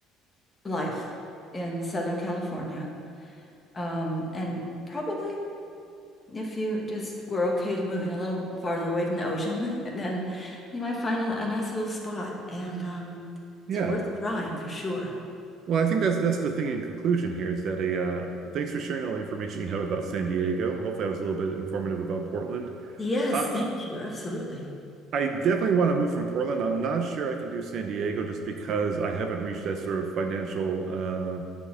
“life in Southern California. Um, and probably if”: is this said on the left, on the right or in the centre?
Left